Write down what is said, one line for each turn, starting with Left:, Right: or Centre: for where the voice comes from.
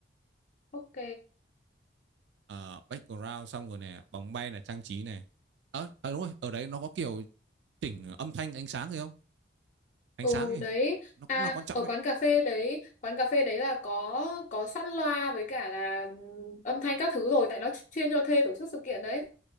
Left: ok
Right: Ờ, background xong rồi này bóng bay là trang trí này ờ à, đúng rồi ở đấy nó có kiểu chỉnh âm thanh ánh sáng gì không ánh
Left: Ừ
Right: sáng ấy
Left: đấy
Right: nó cũng
Left: à
Right: là quan trọng
Left: ở
Right: đấy
Left: quán cà phê đấy quán cà phê đấy là có có sẵn loa với cả là ừm, âm thanh các thứ rồi tại nó chuyên cho thuê tổ chức sự kiện đấy